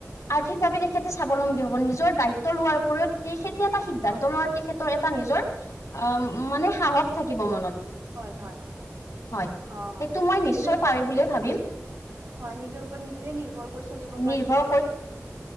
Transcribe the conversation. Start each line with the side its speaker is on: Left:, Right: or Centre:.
Left: আৰ্থিকভাৱে তেখেতে স্বাৱলম্বী হ'ব নিজৰ দায়িত্ব লোৱাৰ উপৰিও তেখেতে এটা সিদ্ধান্ত
Right: অ
Left: লোৱাৰ তেখেত এটা নিজৰ অ মানে সাহস থাকিব মনত।
Right: হয় হয়
Left: হয়
Right: অ
Left: সেইটো মই নিশ্চয়
Right: নিজৰ ওপৰত
Left: পাৰে বুলিয়ে ভাবিম
Right: হয় নিজৰ ওপৰত নিজে নিৰ্ভৰ কৰি চলিব পাৰিব।
Left: নিৰ্ভৰ